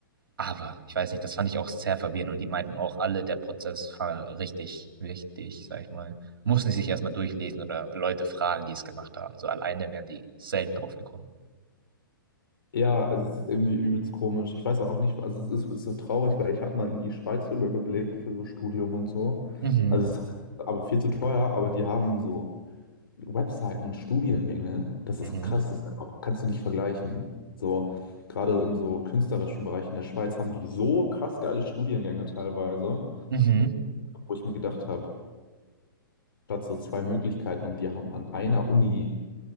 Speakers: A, on the right; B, on the left.
A: Aber ich weiß nicht, das fand ich auch sehr verwirrend und die meinten auch alle, der Prozess war richtig wichtig, sag ich mal. Mussten sie sich erstmal durchlesen oder Leute fragen, die es gemacht haben. So alleine wären die selten drauf gekommen.
B: Ja, es ist irgendwie übelst komisch. Ich weiß auch nicht, also es ist, ist so traurig, weil ich habe mal in die Schweiz rübergeblickt für so Studium und so.
A: Mhm,
B: Also es ist aber viel zu teuer, aber die haben so Webseiten und Studiengänge. Das ist
A: mhm,
B: krass, das ist einfach, kannst du nicht vergleichen. So, gerade im so künstlerischen Bereich in der Schweiz haben die so krass geile Studiengänge teilweise,
A: mhm,
B: wo ich mir gedacht habe, statt so zwei Möglichkeiten und die haben an einer Uni